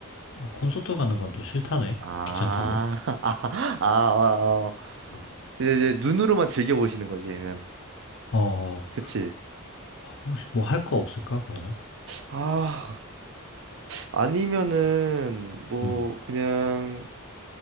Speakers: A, on the left; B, on the right.
A: 뭐 콘서트 가는 건 또 싫다네?
B: 아,
A: 귀찮다고?
B: <laughs> 아, 아, 아, 아.
A: 음.
B: 이제, 이제 눈으로만 즐겨보시는 거지, 그러면.
A: 어, 어.
B: 그치.
A: 혹시 뭐 할 거 없을까, 그러면?
B: 아, 아니면은, 뭐,
A: 음,
B: 그냥,